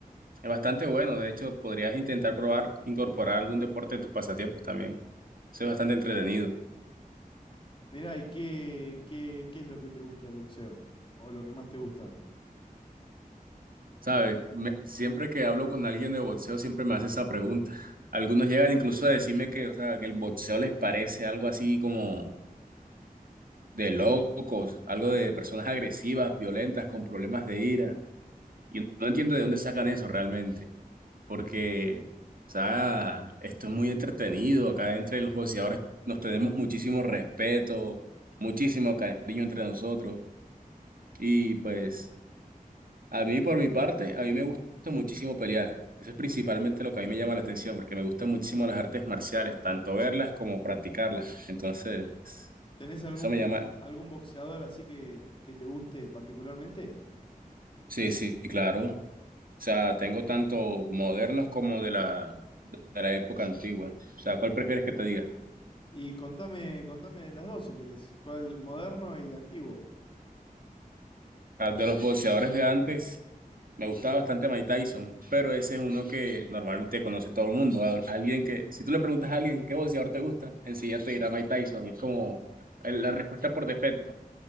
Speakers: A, on the right; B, on the left.
A: Es bastante bueno, de hecho, podrías intentar probar incorporar algún deporte en tus pasatiempos también. Eso es bastante entretenido.
B: Mirá, ¿y qué, qué, qué es lo que te gusta del boxeo? ¿O lo que más te gusta?
A: ¿Sabes? Me- siempre que hablo con alguien de boxeo, siempre me hace esa pregunta. Algunos llegan incluso a decirme que, o sea, que el boxeo les parece algo así como de locos, algo de personas agresivas, violentas, con problemas de ira. Y no entiendo de dónde sacan eso realmente. porque, o sea, esto es muy entretenido. Acá entre los boxeadores nos tenemos muchísimo respeto, muchísimo cariño entre nosotros. Y pues, a mí por mi parte, a mí me gusta muchísimo pelear. Eso es principalmente lo que a mí me llama la atención, porque me gustan muchísimo las artes marciales, tanto verlas como practicarlas. Entonces,
B: ¿Tenés algún,
A: eso me llama,
B: algún boxeador así que, que te guste particularmente?
A: sí, sí, claro. O sea, tengo tanto modernos como de la, de la época antigua. O sea, ¿cuál prefieres que te diga?
B: Y contame, contame de las dos si querés. ¿Cuál, moderno y antiguo?
A: Ah, De los boxeadores de antes. Me gustaba bastante Mike Tyson, pero ese es uno que normalmente conoce todo el mundo. Al- Alguien que, si tú le preguntas a alguien qué boxeador te gusta, enseguida te dirá Mike Tyson. y es como el- la respuesta por defecto.